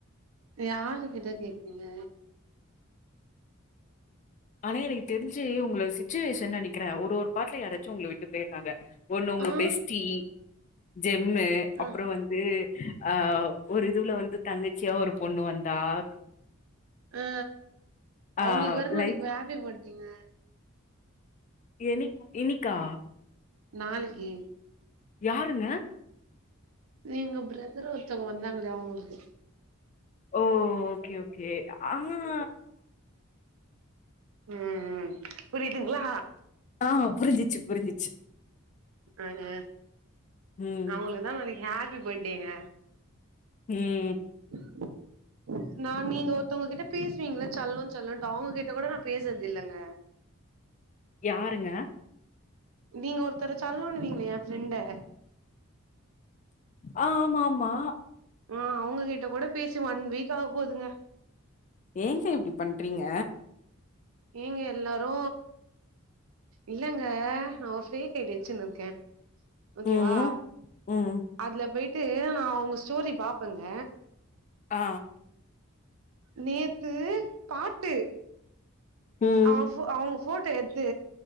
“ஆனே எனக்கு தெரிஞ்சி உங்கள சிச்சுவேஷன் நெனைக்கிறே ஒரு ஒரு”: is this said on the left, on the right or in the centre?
Left